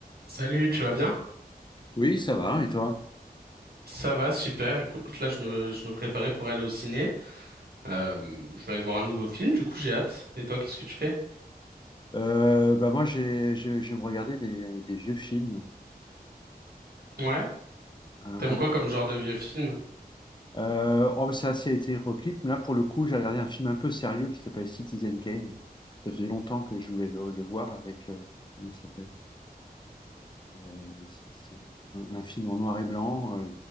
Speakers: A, on the right (about 75°); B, on the left (about 30°).
A: Salut, tu vas bien?
B: Oui, ça va, et toi?
A: Ça va, super. Écoute, là, je me, je me préparais pour aller au ciné. Euh, je vais aller voir un nouveau film, du coup, j'ai hâte. Et toi, qu'est-ce que tu fais?
B: Euh, bah moi, j'ai, je, je me regardais des, des vieux films.
A: Ouais.
B: Un-
A: T'aimes
B: un-
A: quoi comme genre de vieux film?
B: Euh, oh, bah, c'est assez hétéroclite, mais là, pour le coup, j'ai regardé un film un peu sérieux qui s'appelle Citizen Kane. Ça faisait longtemps que je voulais le, le voir avec... euh, comment il s'appelle? Euh, c'est c'est un, un film en noir et blanc, euh,